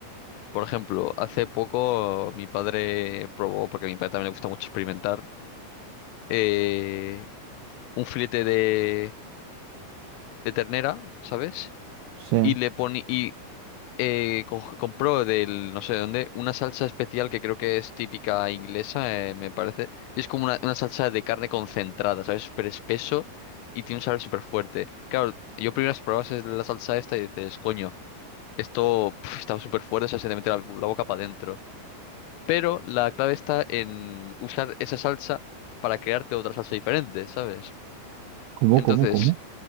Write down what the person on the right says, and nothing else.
Sí.
¿Cómo,
cómo, cómo?